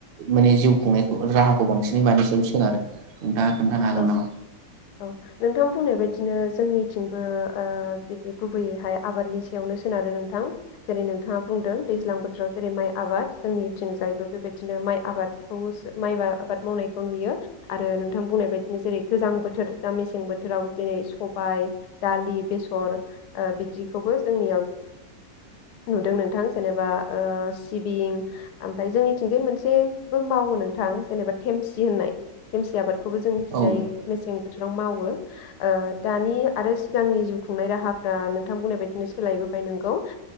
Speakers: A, on the right (about 70°); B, on the left (about 65°).
A: माने जिउ खुंनायखौ राहाखौ बांसिनै मानि सायाव सोनारो नोंथाङा खोन्थानो हागोन
B: औ
A: नामा?
B: औ नोंथां बुंनाय बायदिनो जोंनिथिंबो ओ बिदि गुबैयैहाय आबादनि सायावनो सोनारो नोंथां जेरै नोंथाङा बुंदों दैज्लां बोथोराव जेरै माइ आबाद जोंनिथिंजायबो बेबायदिनो माइ आबाद औ माइबा आबाद मावनाय नुयो आरो नोंथां बुंनाय बायदि जेरै गोजां बोथोर दा मेसें बोथोर बोथोराव जेरै सबाय दालि बे सर ओ बिदिखौबो जोंनियाव नुदों नोंथां जेनेबा ओ सिबिं ओमफाय जोंनिथिंजाय मोनसेबो मावो नोंथां जेनबा थेमसि होननाय थेमसि आबादखौबो जाय
A: औ
B: मेसें बो बोथोराव मावो ओ दानि आरो सिगांनि जिउ खुंनाय राहाफ्रा नों थां बुंनाय बायदिनो सोलायबोबाय नोंगौ